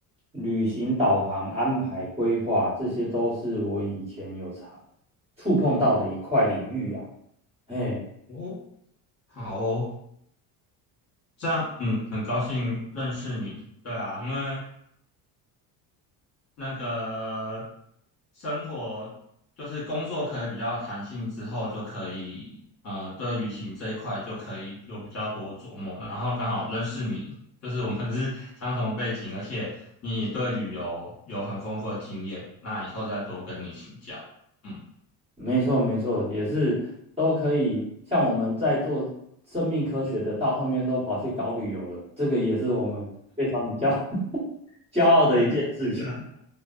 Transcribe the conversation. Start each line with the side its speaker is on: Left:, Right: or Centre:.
Right: 旅行导航安排规划这些都是我以前有常触碰到的一块领域啊，嘿。
Left: 哦，好哦，这样，嗯，很高兴认识你。对啊，因为那个生活就是工作可以比较弹性之后，就可以呃，对旅行这一块就可以有比较多琢磨。然后刚好认识你，就是我们是相同背景，而且你也对旅游有很丰富的经验，那以后再多跟你请教。嗯，
Right: 没错，没错，也是都可以。像我们在做生命科学的，到后面都跑去搞旅游了，这个也是我们非常骄 <laughs> 骄傲的一件事情。
Left: 是这个